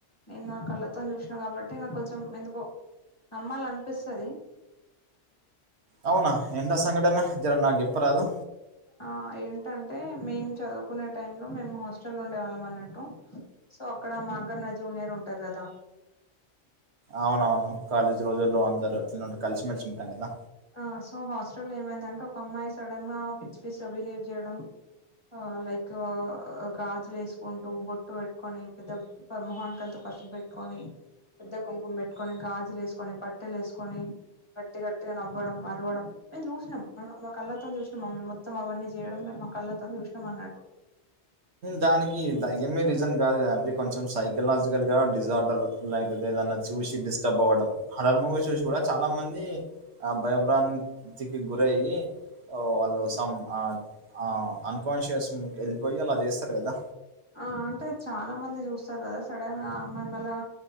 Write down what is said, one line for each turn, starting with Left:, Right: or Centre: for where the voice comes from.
Left: నేను నా కళ్ళతోని చూశినా కాబట్టి నాకు కొంచెం ఎందుకో నమ్మాలనిపిస్తది.
Right: అవునా ఎంటి ఆ సంఘటన జరా నాకు చెప్పరాదు.
Left: ఆ ఏంటంటే మేము చదువుకునే టైం లో మేము హాస్టల్లో ఉండేవాళ్ళం అన్నట్టు. సో అక్కడ మా కన్న జూనియర్ ఉంటరు గదా
Right: అవునవును కాలేజీ రోజుల్లో అందరు అట్లనే ఉంటరు కలిశిమెలిశి ఉంటాం కదా.
Left: ఆ సో హాస్టల్లో ఏమైందంటే ఒక అమ్మాయి సడన్గా పిచ్చి పిచ్చిగా బిహేవ్ చేయడం ఆ లైక్ గాజులు ఎసుకుంటూ, బొట్టు పెట్టుకొని, పెద్ద మొహానికంతా పసుపు బెట్టుకొని పెద్ద కుంకుమ పెట్టుకొని, గాజులు ఎసుకొని, పట్టీలు ఏసుకొని గట్టి గట్టిగా నవ్వు ఇవ్వడం అరవడం మేము చూసినాం మ మా కళ్ళతో చూసినాం మొత్తం అవన్నీ చేయడం మేము మా కళ్ళతో చూసినాం అన్నట్టు
Right: దానికి దయ్యమే రీజన్ కాదు కదండి కొంచెం సైకలాజికల్ గా డిజార్డర్ లైక్దేదన్నా చూసి డిస్టర్బ్ అవ్వడం హారర్ మూవీ చూసి కూడా చాలా మంది ఆ భయబ్రాంతికి గురాయ్యి వాళ్ళు సమ్ అ అ అన్కాన్షియస్కి వెళ్ళిపోయి అలా చేస్తారు కదా.
Left: ఆ అంటే చాలా మంది చూస్తారు కదా సడన్ గా అమ్మాయిని అలా